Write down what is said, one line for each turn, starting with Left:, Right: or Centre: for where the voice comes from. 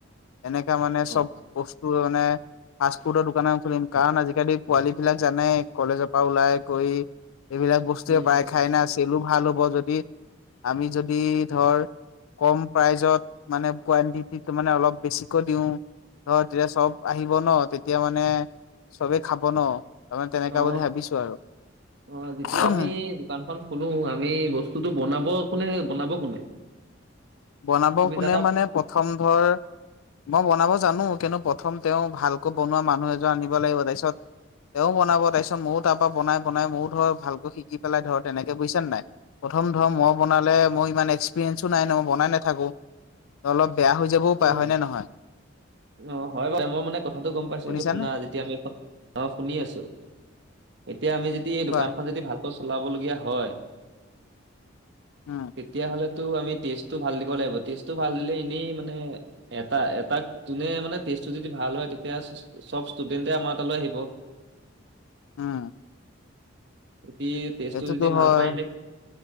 Left: এনেকা মানে
Right: অ
Left: চব বস্তুৰ মানে ফাষ্ট ফুডৰ দোকান খুলিম কাৰণ আজিকালি পোৱালী বিলাক জানে কলেজৰ পৰা ওলাই গৈ এইবিলাক বস্তুুৱে
Right: উম
Left: প্ৰায় খাই না চেলো ভাল হ'ব যদি আমি যদি ধৰ কম প্ৰাইজত মানে কোৱানটিটিটো মানে অলপ বেছিকৈ দিওঁ ধৰ তেতিয়া চব আহিব ন তেতিয়া মানে চবেই খাব ন তাৰমানে তেনেকা
Right: অ
Left: বুলি ভাবিছো
Right: অ যেতিয়া
Left: আৰু
Right: আমি দোকানখন খুলো আমি বস্তুটো বনাব কোনে বনাব কোনে
Left: বনাব
Right: তুমি
Left: কোনে
Right: জানা
Left: মানে প্ৰথম ধৰ মই বনাব জানো কিন্তু প্ৰথম তেওঁ ভালকৈ বনোৱা মানুহ এজন আনিব লাগিব তাৰপিছত। তেওঁ বনাব তাৰপিছত ময়ো তাৰ পৰা বনাই বনাই ময়ো ধৰ ভালকৈ শিকি পেলাই ধৰ তেনেকে বুজিছা নাই। প্ৰথম ধৰম মই বনালে মোৰ ইমান এক্সপিৰিয়েঞ্চো নাই ন মই বনাই নাথাকোঁ অলপ বেয়া হৈ যাবও পায়
Right: উম
Left: হয় নে নহয়।
Right: <inaudible> অ হয় বাৰু মই মানে কথাটো গম পাইছো
Left: শুনিছানে
Right: এইটো শুনা যেতিয়া আমি অ শুনি আছো। এতিয়া আমি যদি এই
Left: কোৱা
Right: দোকানখন যদি ভাল। চলাবলগীয়া হয়
Left: উম
Right: তেতিয়াহলে। টো আমি টেষ্ট টো ভাল দিব লাগিব টেষ্ট টো ভাল দিলে এনেই। মানে এটাক এটাক যোনে টেষ্ট টো যদি ভাল হয় তেতিয়া চব ষ্টুডেণ্ট তে আমাৰ তালৈ। আহিব।
Left: উম।
Right: যদি টেষ্টটো
Left: সেইটোতো
Right: যদি
Left: হয়
Right: ভাল পায় হেতে